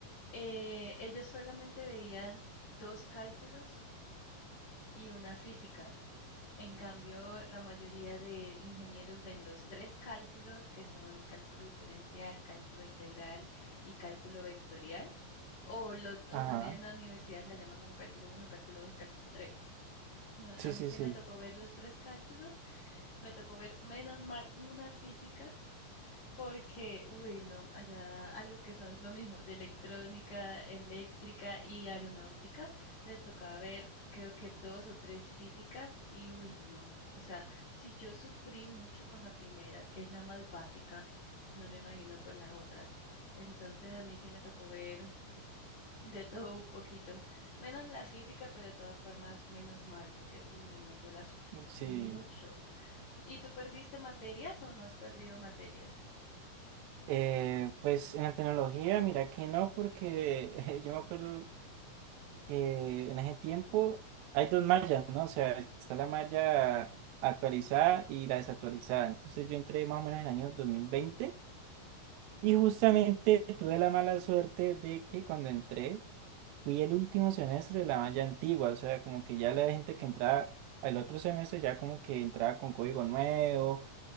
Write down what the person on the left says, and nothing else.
eh, ellos solamente veían dos cálculos y una física. En cambio, la mayoría de ingenieros ven los tres cálculos, que son cálculo diferencial, cálculo integral y cálculo vectorial, o, lo- o
también en las universidades la llaman como cálculo uno, cálculo 2, cálculo 3. No,
a mí
sí
me tocó ver los tres cálculos, me tocó ver menos mal una física porque, uy, no, allá a los que son lo mismo, de electrónica, eléctrica y aeronáutica, les tocaba ver, creo que dos o tres físicas y, uy, no. O sea, si yo sufrí mucho con la primera, que es la más básica, no me imagino con las otras. Entonces a mí sí me tocó ver de todo un poquito, menos la física, pero de todas formas menos mal, porque, uy, no, yo la sufrí
mucho. ¿Y tú perdiste materias o no has perdido materias?
Ujú.